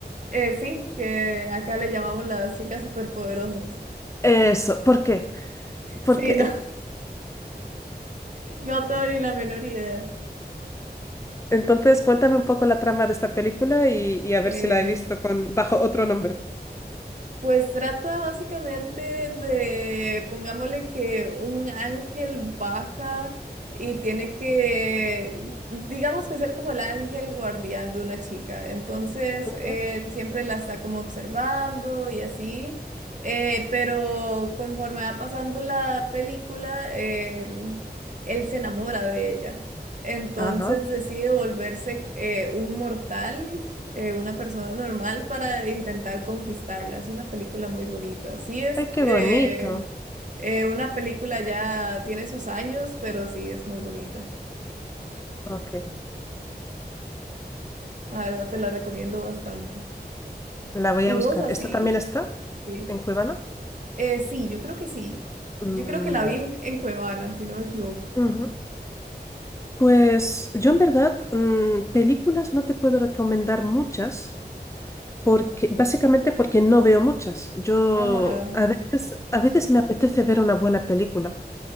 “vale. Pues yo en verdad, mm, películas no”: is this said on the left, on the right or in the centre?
Left